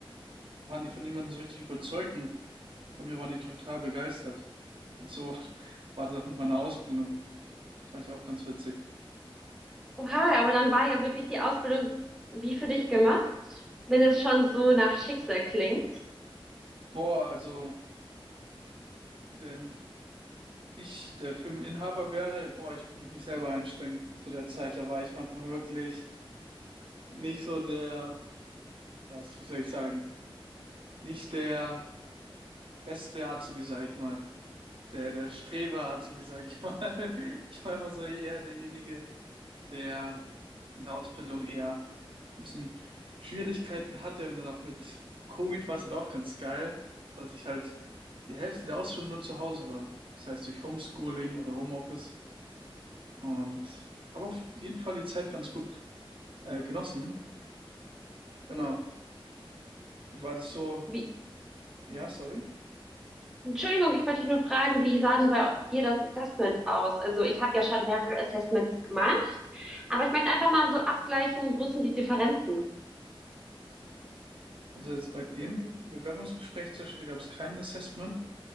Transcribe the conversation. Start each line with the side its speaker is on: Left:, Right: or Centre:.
Right: waren die von niemandem so richtig überzeugt und von mir waren die total begeistert. Und so <laughs> war das auch mit meiner Ausbildung. Das fand ich auch ganz witzig.
Centre: Oha, aber dann war ja wirklich die Ausbildung wie für dich gemacht, wenn es schon so nach Schicksal klingt.
Right: Boah, also. Wenn ich der Firmeninhaber wäre, boah, ich würde mich nicht selber einstrengen. Zu der Zeit, da war ich manchmal wirklich nicht so der, das, wie soll ich sagen, nicht der beste Azubi, sag ich mal. Der, der Streber-Azubi, sag ich mal. <laughs> Ich war immer so eher derjenige, der in der Ausbildung eher ein bisschen Schwierigkeiten hatte und dann auch mit Covid war es halt auch ganz geil, dass ich halt die Hälfte der Ausbildung nur zu Hause war. Das heißt, durch Homeschooling oder Homeoffice Und habe auf jeden Fall die Zeit ganz gut äh, genossen. Genau. Wie war das so?
Centre: Wie,
Right: Ja, sorry.
Centre: Entschuldigung, ich wollte dich nur fragen, wie sah denn bei dir das Assessment aus? Also ich habe ja schon mehrere Assessments gemacht, aber ich möchte einfach mal so abgleichen, wo sind die Differenzen?
Right: Also jetzt bei dem Bewerbungsgespräch zum Beispiel gab es kein Assessment,